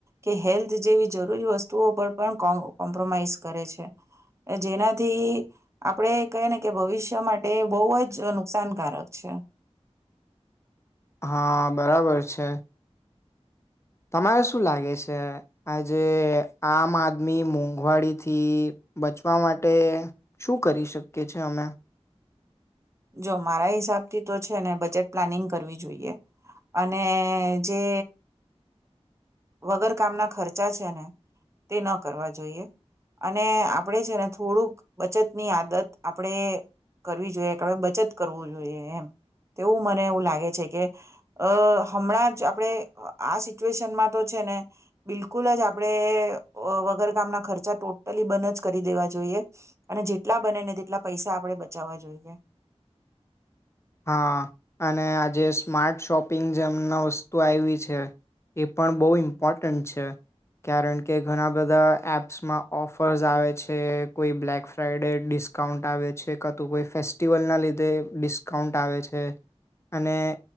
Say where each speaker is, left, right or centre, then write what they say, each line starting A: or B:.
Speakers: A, on the right (about 25°); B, on the left (about 25°).
A: કે હેલ્થ જેવી જરૂરી વસ્તુઓ પર પણ કો કોમ્પ્રોમાઈઝ કરે છે જેનાથી આપણે કહી ને કે ભવિષ્ય માટે બોવ જ નુકસાનકારક છે.
B: હા બરાબર છે. તમારે શું લાગે છે આજે આમ આદમી મોંઘવારી થી બચવા માટે શું કરી શકીએ છે અમે.
A: જો મારા હિસાબથી તો છે ને બજેટ પ્લાનિંગ કરવી જોઈએ અને જે વગર કામના ખર્ચા છે ને તે ન કરવા જોઈએ અને આપડે છે ને થોડુંક બચત ની આદત આપણેે કરવી જોઈએ. હવે બચત કરવું જોઈએ એમ તેવું મને એવું લાગે છે કે અ હમણાં જ આપણે આ સિચ્યુએશનમાં તો છે ને બિલકુલ જ આપણેે વગર કામના ખર્ચા ટોટલી બંધ જ કરી દેવા જોઈએ અને જેટલા બને ને તેટલા પૈસા આપણે બચાવવા જોઈએ.
B: હા અને આજે સ્માર્ટ શોપિંગ જેમના વસ્તુ આવી છે એ પણ બહુ ઇમ્પોર્ટન્ટ છે કારણ કે ઘણા બધા એપ્સમાં ઓફર્સ આવે છે કોઈ બ્લેક ફ્રાઈડે ડિસ્કાઉન્ટ આવે છે કા તો કોઈ ફેસ્ટિવલના લીધે ડિસ ડિસ્કાઉન્ટ આવે છે. અને